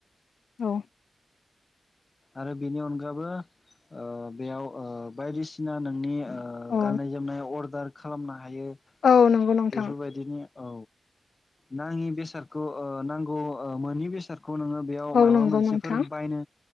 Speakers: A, on the left (about 80°); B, on the left (about 40°).
A: औ।
B: आरो बेनि अनगाबो ओ बेयाव ओ बायदिसिना नोंनि ओ
A: औ
B: गाननाय जोमनाय अर्डार खालामनो हायो
A: औ नंगौ नोंथां
B: बेफोरबायदिनि औ नाङि बेसादखौ ओ नांगौ मोनि बेसाद -खौ नोङो बेयाव
A: औ
B: माबा
A: नंगौ
B: मोनसेफोर
A: नोंथां
B: बायनो